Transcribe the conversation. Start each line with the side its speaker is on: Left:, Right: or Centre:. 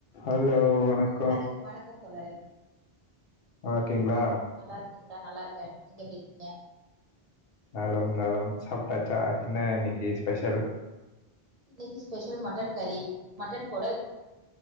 Left: ஹலோ வணக்
Right: ஹலோ வணக்கம் தோழரே
Left: நல்லாருக்கீங்ளா
Right: நல்லா இருக்கீங்களா நல்லா இருக்கே நீங்க எப்டி இருக்கீங்க
Left: நலம் நலம் சாப்ட்டாச்சா என்ன இன்னக்கி ஸ்பெஷல்
Right: இன்னைக்கி ஸ்பெஷல் மட்டன் கறி மட்டன் கொடல்